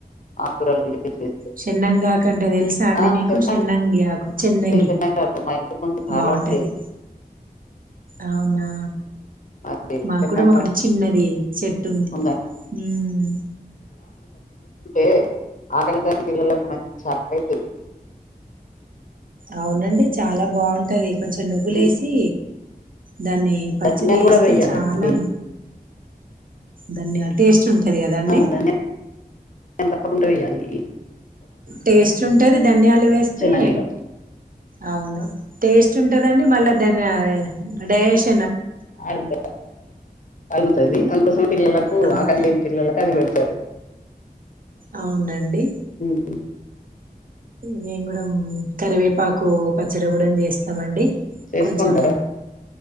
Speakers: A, on the left (about 55°); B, on the right (about 60°).
A: ఆకుకూరలు యూజ్ చేస్తే.
B: చెెన్నంగా ఆకంటే తెల్సా అండి
A: ఆ
B: మీకు
A: తెలుసా
B: చెెన్నంగి ఆకు చేన్నంగి
A: అండి చెన్నంగాకు మా ఇంటి ముందు చాలా
B: బాగుంటది
A: ఉండేది.
B: అవునా
A: అది
B: మాకు
A: చెన్నంగాకు
B: కూడా ఒకటి చిన్నది చెట్టు ఉంది
A: ఉందండి.
B: మ్
A: ఏ ఆకలి గాని పిల్లలకు మంచి ఆకలి అయితది
B: అవునండి చాలా బాగుంటది కొంచెం నువ్వులేసి
A: హ్మ్.
B: దాన్ని పచ్చడి
A: ధనియాలు
B: వేస్తే
A: గూడా వేయాలండి.
B: చాలా ధనియాలు టేస్ట్ ఉంటది కదండి
A: అ ధనియాలు తప్పకుంట వేయాలి ఇ
B: టేస్ట్ ఉంటది ధనియాలు వేస్తే
A: చెన్నంగిలో
B: అవును టేస్ట్ ట్టుదండి మళ్ళ ధనియాలు డైజెస్ట్
A: అరుగుతది అరుగుతది అందుకోసం పిల్లలకు
B: అవు
A: ఆకలి లేని పిల్లలకు అది పెడతారు
B: అవునండి
A: అ
B: మేము గూడం కరివేపాకు పచ్చడి కూడా చేస్తాం అండి
A: చేసుకుంటారా
B: కొంచెం